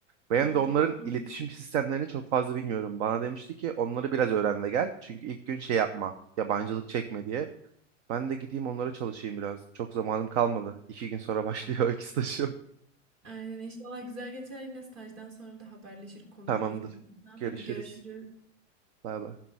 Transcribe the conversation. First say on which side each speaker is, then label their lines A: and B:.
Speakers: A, on the right; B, on the right.
A: Ben
B: Aa,
A: de onların
B: tamam.
A: iletişim sistemlerini çok fazla bilmiyorum. Bana demişti ki onları biraz öğren de gel. Çünkü ilk gün şey yapma, yabancılık çekme diye. Ben de gideyim onlara çalışayım biraz. Çok zamanım kalmadı. İki gün sonra başlıyor
B: Tamam.
A: <laughs> iki stajım.
B: Aynen inşallah güzel geçer yine stajdan sonra da haberleşir konuşuruz
A: Tamamdır.
B: mutlaka.
A: Görüşürüz.
B: Hadi görüşürüz.
A: Bay bay.